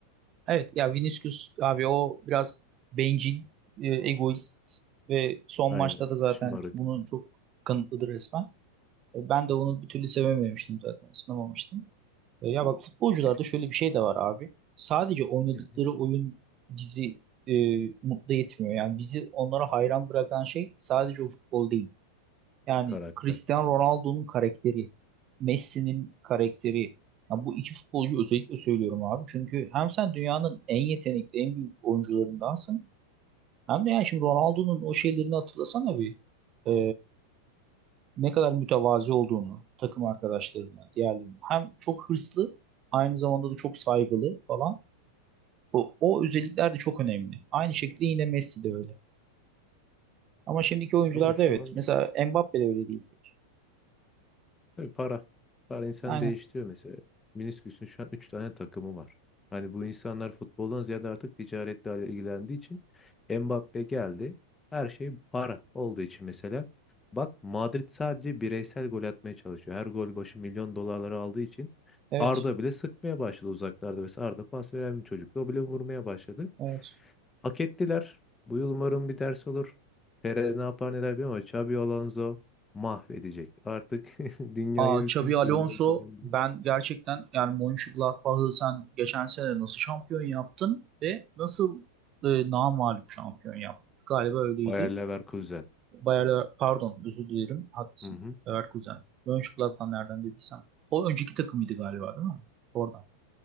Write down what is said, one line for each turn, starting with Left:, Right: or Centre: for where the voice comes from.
Right: Evet ya Vinicius abi o biraz bencil, e, egoist ve son
Left: Aynen.
Right: maçta da zaten
Left: Şımarık.
Right: bunun çok kanıtlıdır resmen. E, Ben de onu bir türlü sevememiştim zaten, ısınamamıştım. E, Ya
Left: Bu-
Right: bak futbolcularda
Left: e,
Right: şöyle bir şey de var abi. Sadece oynadıkları
Left: Hı hı.
Right: oyun bizi e, mutlu etmiyor. Yani bizi onlara hayran bırakan şey sadece o futbol değil. Yani
Left: Karakter.
Right: Cristiano Ronaldo'nun karakteri, Messi'nin karakteri. Ya bu iki futbolcu özellikle söylüyorum abi. Çünkü hem sen dünyanın en yetenekli, en büyük oyuncularındansın. Hem de yani şimdi Ronaldo'nun o şeylerini hatırlasana bir. E, ne kadar mütevazi olduğunu takım arkadaşlarına, diğerlerine hem çok hırslı aynı zamanda da çok saygılı falan. O, o özellikler de çok önemli. Aynı şekilde yine Messi de öyle. Ama şimdiki oyuncularda
Left: Ama şu
Right: evet.
Left: an
Right: Mesela Mbappe de öyle değil pek.
Left: Tabii para. Para insan
Right: Aynen.
Left: değiştiriyor mesela. Minisküs'ün şu an 3 tane takımı var. Hani bu insanlar futboldan ziyade artık ticaretle ilgilendiği için Mbappe geldi. Her şey para olduğu için mesela. Bak Madrid sadece bireysel gol atmaya çalışıyor. Her gol başı milyon dolarları aldığı için
Right: Evet.
Left: Arda bile sıkmaya başladı uzaklarda. Mesela Arda pas veren bir çocuktu. O bile vurmaya başladı.
Right: Evet.
Left: Hak ettiler. Bu yıl umarım bir ders olur. Perez ne yapar neler bilmiyorum ama Xabi Alonso mahvedecek. Artık <laughs> dünyaya
Right: Aa,
Left: hüküm
Right: Xabi
Left: sürmeye
Right: Alonso
Left: gelen bir
Right: ben gerçekten yani Mönchengladbach'ı sen geçen sene nasıl şampiyon yaptın ve nasıl e, namağlup şampiyon yaptın? Galiba öyleydi.
Left: Bayer Leverkusen.
Right: Bayer Lever- pardon özür dilerim haklısın.
Left: Hı hı.
Right: Leverkusen. Mönchengladbach nereden dediysem. O önceki takımıydı galiba değil mi? Oradan.